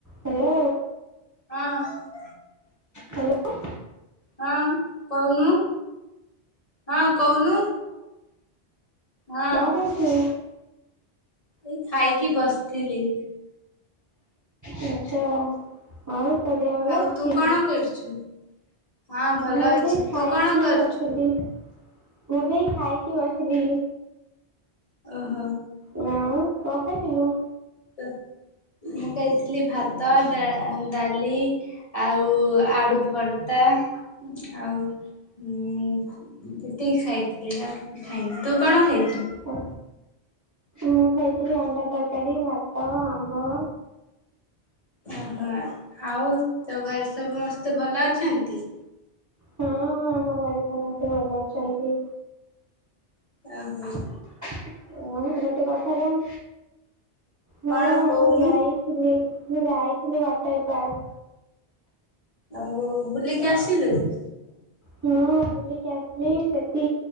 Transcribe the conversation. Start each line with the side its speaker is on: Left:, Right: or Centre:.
Right: Hello.
Left: ହଁ।
Right: Hello.
Left: ହଁ କହୁନୁ ହଁ କହୁନୁ। ହଁ।
Right: କଁ କରଚୁ?
Left: ଏଇ ଖାଇକି ବସଥିଲି।
Right: ଆଚ୍ଛା ଆଉ ତୋ ଦେହ ଭଲ
Left: ଆଉ
Right: ଅଛି?
Left: ତୁ କଣ କରୁଛୁ? ହଁ ଭଲ
Right: ମୁଁ
Left: ଅଛି
Right: ବି ଖାଇକି
Left: ତୁ କଣ କରୁଛୁ?
Right: ବସତିଲି। ମୁଁ ବି ଏଇ ଖାଇକି ବସିଲି।
Left: ଅହ।
Right: ନାଁ ମ କଁ ଖାଇଥିଲୁ?
Left: ତ ମୁଁ ଖାଇଥିଲି ଭାତ, ଡା ଦାଲି ଆଉ ଆଳୁ ଭର୍ତା‌ ଆଉ ଉଁ ଏତିକି ଖାଇଥିଲି ଆଉ କିଛି ଖାଇନି। ତୁ କଣ ଖାଇ
Right: ଓ ମୁଁ ଖାଇଥିଲି ଅଣ୍ଡା ତରକାରୀ, ଭାତ, ଆମ୍ବ।
Left: ଅହ ଆଉ ତୋ ଘରେ ସମସ୍ତେ ଭଲ ଅଛନ୍ତି?
Right: ହଁ ହଁ ଆମ ଘରେ ସମସ୍ତେ ଭଲ ଅଛନ୍ତି।
Left: ଅହୋ।
Right: ଅଁ ହଁ ଗୋଟେ କଥା ଜାଣ୍ ହଁ
Left: କଣ କହୁନୁ?
Right: ମୁଁ ଯାଇ ଥିଲି ମୁଁ ଯାଇଥିଲି ୱାଟର୍ ପାର୍।
Left: ଆଉ ବୁଲିକି ଆସିଲୁ?
Right: ହଁ ବୁଲିକି ଆସଲି ସେଠି